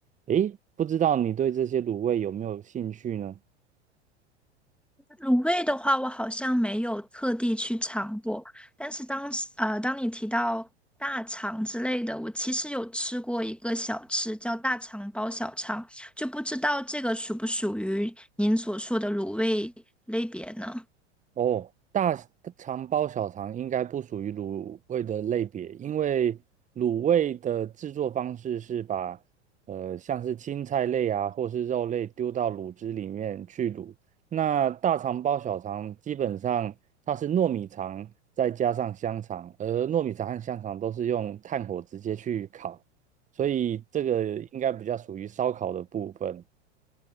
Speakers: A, on the right (about 20°); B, in the centre.
A: 诶，不知道你对这些卤味有没有兴趣呢？
B: 卤味的话，我好像没有特地去尝过，但是当时呃，当你提到大肠之类的，我其实有吃过一个小吃叫大肠包小肠，就不知道这个属不属于您所说的卤味类别呢？
A: 哦，大肠包小肠应该不属于卤味的类别，因为卤味的制作方式是把呃像是青菜类啊或是肉类丢到卤汁里面去卤。那大肠包小肠基本上它是糯米肠再加上香肠，而糯米肠和香肠都是用炭火直接去烤，所以这个应该比较属于烧烤的部分。